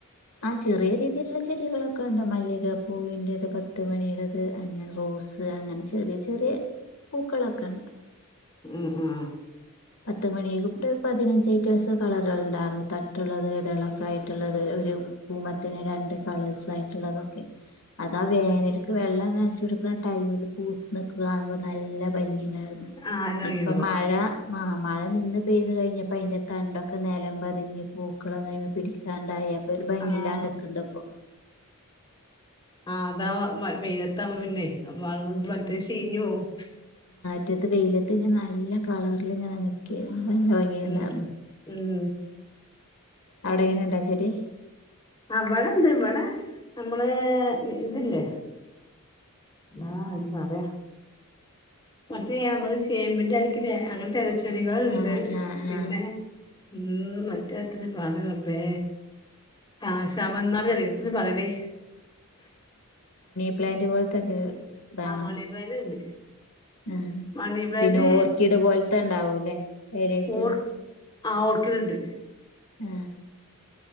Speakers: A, on the left; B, on the left.
A: ആ ചെറിയ രീതിയിലുള്ള ചെടികളൊക്കെ ഉണ്ട് മല്ലികപ്പൂവിന്റേത് പത്ത് മണിയടത് അങ്ങനെ റോസ് അങ്ങനെ ചെറിയ ചെറിയ പൂക്കളൊക്കെ ഉണ്ട്
B: മ് മ്
A: പത്ത് മണി കൂട്ട് പതിനഞ്ചയ്ട്ട് സൈസ് കളറുണ്ടായിരുന്നു തട്ടുള്ളത് തിളക്ക ആയിട്ടുള്ളത് ഒരു പൂമത്തിന് രണ്ട് കളേഴ്സ് ആയിട്ടുള്ളതൊക്കെ അതാ വേനല്ക്ക്
B: ആഹ്
A: വെള്ളം നെ വച്ചെടുക്കുന്ന ടൈമിൽ പൂത്ത് നിക്ക്ള് കാണുമ്പോൾ നല്ല ഭംഗിയ ണ്ടാർന്ന്
B: ആഹ് എല്ലാം വാങ്ങിയതാവും
A: ഇപ്പൊ മഴ മാ മഴ നിന്ന് പെയ്തു കഴിഞ്ഞപ്പോ അതിൻന്റെ തണ്ടൊക്കെ നിലം പതിഞ്ഞ് പൂക്കളൊന്നും അതിമ്മേ പിടിക്കാണ്ടായി ഇപ്പൊ ഒരു ഭംഗി
B: ആഹ്
A: ഇല്ലാണ്ട്ക്ക്ണ്ട് അപ്പൊ
B: ആ അതാ വ വെയിലത്ത ആവുമ്പോ പിന്നെ അ വെള്ള പറ്റെ ചീഞ്ഞുപോവും
A: മുറ്റത്ത് വെയിലത്ത് ഇങ്ങനെ നല്ല കളറിൽ ഇങ്ങനെ നിൽക്ക നല്ല ഭംഗിണ്ടാർന്ന്
B: ഉം ഉം
A: അവിടെ എങ്ങനെണ്ടാച്ചെടി
B: ആ ഇവിടണ്ട് ഇവിടെ നമ്മള് ഇതില്ലേ ആ പറയാ മറ്റേ നമ്മള് ചേമ്പിന്റെ യെല അങ്ങനെത്തെരച്ച ചെടികള്ണ്ട്
A: ആ ആ
B: പിന്നെ
A: ആ
B: മ്മ്മ് മറ്റേ അത്ര പറ റബ്ബേ ആ ശവന്നറി <unintelligible>
A: പ്ലാൻറ്റ് പോലത്ത്ക്ക് അതാണോ
B: ആ മണി പ്ലാന്റ് ഉണ്ട്
A: ആ
B: മണി പ്ലാന്റ്
A: പിന്നെ ഓർക്കിഡ് പോലത്തെ ഒണ്ടാവൂല്ലേ എലൈറ്റംസ്
B: ഓർ ആ ഓർക്കിഡ്ണ്ട്
A: ആ